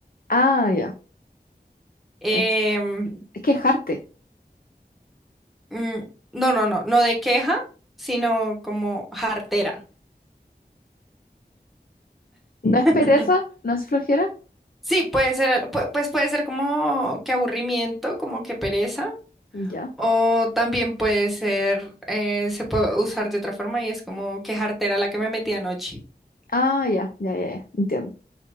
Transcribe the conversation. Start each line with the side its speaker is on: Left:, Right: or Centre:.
Left: Ah, ya.
Centre: Em,
Left: Es, es quejarte.
Centre: mm, no, no, no, no de queja, sino como jartera.
Left: ¿No es
Centre: <laughs>
Left: pereza? ¿No es flojera?
Centre: Sí, puede ser, pu- pues puede ser como que aburrimiento, como que pereza,
Left: Ya.
Centre: o también puede ser, eh, se puede usar de otra forma y es como que jartera la que me metí anoche.
Left: Ah, ya, ya, ya, ya. Entiendo.